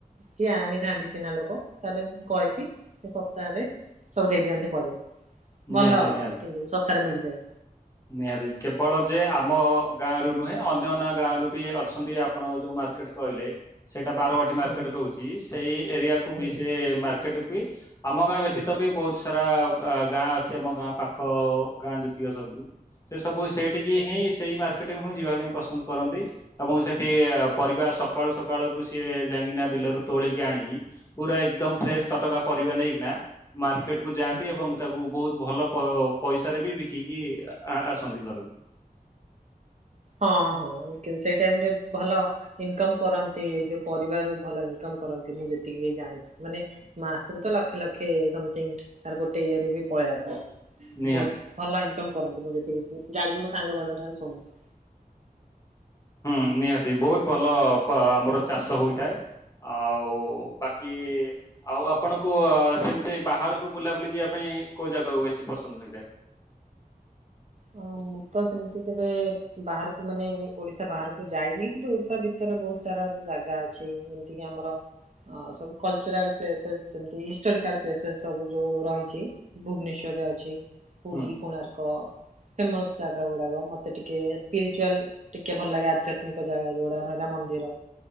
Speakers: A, on the right (about 50°); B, on the left (about 20°).
A: କିଏ ଆଣିଥାନ୍ତି ଚିହ୍ନା ଲୋକ ତାହେଲେ ମୁ କହିକି ସେ ଶସ୍ତାରେ ସବୁ ଦେଇ ଦିଅନ୍ତି ପରିବା।
B: ନିହାତି
A: ଭଲ ଆ
B: ନିହାତି
A: କିନ୍ତୁ ଶସ୍ତାରେ ମିଳିଯାଏ।
B: ନିହାତି କେବଳ ଯେ ଆମ ଗାଁରୁ ନୁହେଁ ଅନ୍ୟନ୍ୟ ଗାଁରୁ ବି ଅଛନ୍ତି ଆପଣ ଯୋଉମାନେ ମାର୍କେଟ କହିଲେ ସେଇଟା ବାରବାଟୀ ମାର୍କେଟ
A: ହୁଁ
B: ରହୁଛି ସେଇ ଏରିଆକୁ
A: ହୁଁ।
B: ବି ସେ ମାର୍କେଟକୁ ବି ଆମ ଗାଁ ବ୍ୟତୀତ ବି ବହୁତ ସାରା ଗାଁ ଅଛି ଆମ ଗାଁ ପାଖ ଗାଁ ଯେତିକ ସବୁ ସେ ସବୁ ସେଇଠିକି
A: ଆଛା
B: ହିଁ ସେଇ ମାର୍କେଟ ହଁ ଯିବା ପାଇଁ ପସନ୍ଦ କରନ୍ତି ଏବଂ ସେଠି ପରିବାାର ସକାଳୁ ସକାଳୁକୁ ସିଏ ଯାଇକିନା ବିଲ ତୋଳିକିଆଣିକି ପୁରା ଏକଦମ
A: ହୁଁ
B: ଫ୍ରେଶ ତଟକା ପରିବା ନେଇକିନା ମାର୍କେଟ କୁ ଯାଆନ୍ତି
A: ହୁଁ
B: ଏବଂ ତାକୁ ବହୁତ ଭଲ ପଇସାରେ ବି ବିକିକି ଆସନ୍ତି ଘରକୁ।
A: ହଁ ହଁ ସେଇ ଟାଇମ ରେ ଭଲ ଇନକମ କରନ୍ତି ଯୋଉ ପରିବାର ଭଲ ଇନକମ୍ କରନ୍ତି ମୁଁ ଯେତିକି ଜାଣିଛି ମାନେ ମାସକୁ ତ ଲକ୍ଷେ ଲକ୍ଷେ ସମଥିଙ୍ଗ ତାର ଗୋଟେ ଇଏ ରୁ ବି ପଳେଇ ଆସେ
B: ନିହାତି।
A: ବହୁତ ଭଲ ଇନକମ୍ କରନ୍ତି। ମୁଁ ଯେତିକି ଜାଣିଛି ମୁଁ ସାଙ୍ଗ ମାନଙ୍କ ଠାରୁ ଶୁଣିଛି।
B: ହୁଁ ନିହାତି ବହୁତ ଭଲ ଆ ଆମର ଚାଷ ହୋଇଥାଏ। ଆଉ ବାକି ଆଉ ଆପଣଙ୍କୁ ସେମିତି ବାହାରକୁ ବୁଲାବୁଲି ଯିବା ପାଇଁ କୋଉ ଜାଗାକୁ ବେଶୀ ପସନ୍ଦ ହୋଇଥାଏ?
A: ହଁ ମୁଁ ତ ସେମିତି କେବେ ବାହାରକୁ ମାନେ ଓଡିଶା ବାହାରକୁ ଯାଇନି କିନ୍ତୁ ଓଡିଶା ଭିତରେ ବହୁତ ସାରା ଯୋଉ ଜାଗା ଅଛି। ଅଛି ଏମିତିକି ଆମର ସବୁ କଲଚରାଲ୍ ସ୍ପେସ ସେମିତି ହିଷ୍ଟୋରିକାଲ ସ୍ପେସ ସବୁ ଯୋଉ ରହିଛି ଭୁବନେଶ୍ୱର୍ ଟ ଅଛି। ପୁରୀ,
B: ହୁଁ
A: କୋଣାର୍କ ଫେମସ ଜାଗା ଗୁଡାକ ମତେ ଟିକେ ସ୍ପିରିଚୁରାଲ ଟିକେ ଭଲ ଲାଗେ ଆଜି ଯଦି ଜାଗା ଯୋଗୁଡା ରହିଲା ମନ୍ଦିର